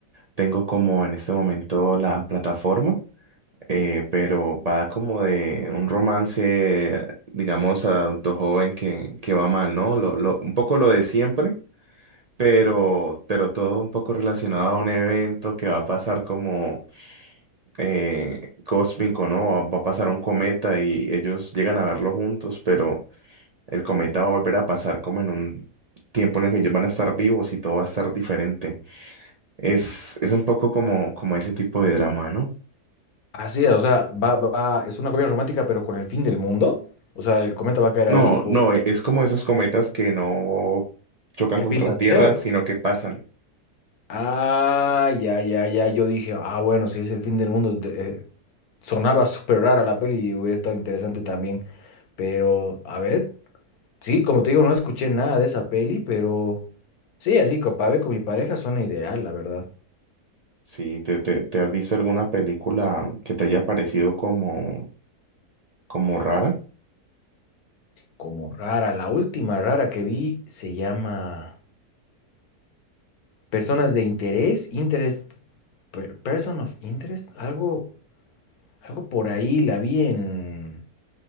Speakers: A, on the right; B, on the left.
A: tengo como en este momento la plataforma. eh, pero va como de un romance, digamos, adulto joven que, que va mal, ¿no? Lo, lo, un poco lo de siempre, pero, pero todo un poco relacionado a un evento que va a pasar como eh, cósmico, ¿no? Va a pasar un cometa y ellos llegan a verlo juntos, pero el cometa va a volver a pasar como en un tiempo en el que ellos van a estar vivos y todo va a estar diferente. Es, es un poco como, como ese tipo de drama, ¿no?
B: Así es, o sea, va, va, va- es una comedia romántica, pero con el fin del mundo. O sea, ¿el cometa va a caer
A: No,
B: ahí o
A: no, e- es como esos cometas que no chocan
B: qué
A: contra
B: pides
A: la Tierra,
B: deseo?
A: sino que pasan.
B: Ah, ya, ya, ya. Yo dije, ah, bueno, si es el fin del mundo, de- eh, sonaba súper rara la peli y hubiera estado interesante también. Pero, a ver, sí, como te digo, no escuché nada de esa peli, pero sí, así para ver con mi pareja suena ideal, la verdad.
A: Sí, ¿te, te, te has visto alguna película que te haya parecido como, como rara?
B: Como rara, la última rara que vi se llama Personas de Interés, Interest, per- Person of Interest, algo, algo por ahí, la vi en,